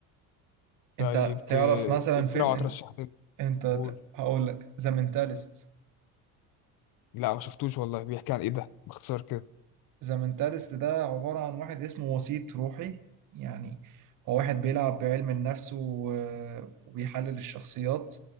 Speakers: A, on the left; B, on the right.
A: طيب
B: انت
A: ت...
B: تعرف مثلا
A: اقترح
B: في ال...
A: وترشح
B: إن-
A: لي
B: انت ت-
A: قول
B: هقول لك ذا مينتالست
A: لا ما شفتوش والله بيحكي عن ايه ده باختصار كده
B: زمنتالست ده عبارة عن واحد اسمه وسيط روحي يعني هو واحد بيلعب بعلم النفس و- وبيحلل الشخصيات